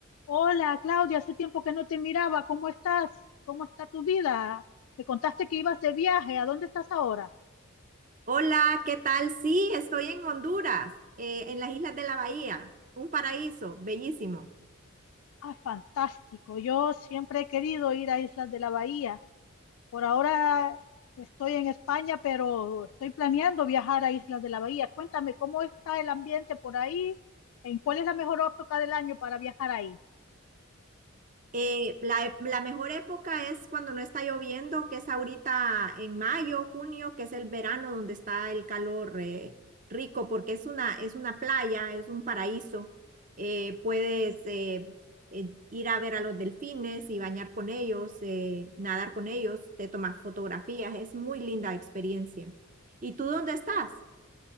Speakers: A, on the left; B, on the right.
A: Hola, Claudia, hace tiempo que no te miraba. ¿Cómo estás? ¿Cómo está tu vida? Me contaste que ibas de viaje. ¿A dónde estás ahora?
B: Hola, ¿qué tal? Sí, estoy en Honduras, eh, en las Islas de la Bahía, un paraíso bellísimo.
A: Ah, fantástico. Yo siempre he querido ir a Islas de la Bahía. Por ahora estoy en España, pero estoy planeando viajar a Islas de la Bahía. Cuéntame, ¿cómo está el ambiente por ahí? ¿En cuál es la mejor época del año para viajar ahí?
B: Eh, la, e- la mejor época es cuando no está lloviendo, que es ahorita en mayo, junio, que es el verano donde está el calor eh, rico, porque es una, es una playa, es un paraíso. Eh, puedes eh, eh, ir a ver a los delfines y bañar con ellos, eh, nadar con ellos, te tomas fotografías, es muy linda experiencia. ¿Y tú dónde estás?